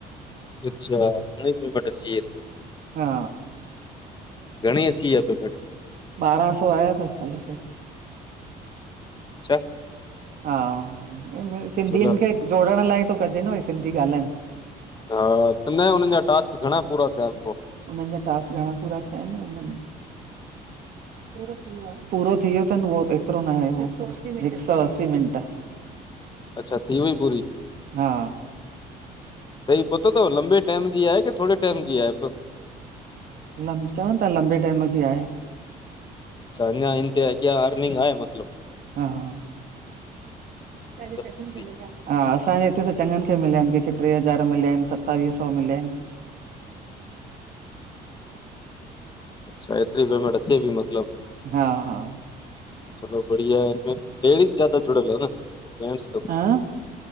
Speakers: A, on the left; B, on the right.
A: अच्छा, घणीं पेमेंट अची वे?
B: हा
A: घणी अची वियव पेमेंट?
B: ॿारहां सौ आया अथव स्कॉलरशिप
A: अच्छा,
B: हा, सिंधियुनि
A: चलो
B: खे जोड़ण लाइ थो कजे न भई सिंधी ॻाल्हाइनि।
A: हा, त न हुननि जा टास्क घणा पूरा थिया ऐंन पो?
B: उननि जा टास्क घणा पूरा थिया अन? उननि <inaudible> पूरो थी वियो। पूरो थी वियो थनि उहो एतिरो न आहे, हिक सौ असीं मिंट।
A: अच्छा थी वई पूरी?
B: हा
A: त ही पतो थव लंबे टाइम जी आहे, की थोड़े टाइम जी आहे?
B: लंब, चवनि था लंबे टाइम जी आहे।
A: अच्छा, अञा हिन ते अॻियां अर्निंग आहे मतलबु?
B: हा। सब
A: चलो
B: चकनि
A: बढ़िया।
B: खे हा असांजे हिते त चंॻन खे मिलिया आएन, केंखे ट्रे हज़ार मिल्या आएन, सतावीय सौ मिल्या आएन
A: अच्छा, एतरी पेमेंट अचे पी मतलब
B: हा हा
A: चलो बढ़िया है फिर, लेडीज़ जदा जुड़यल आ न, जेन्ट्स त
B: हा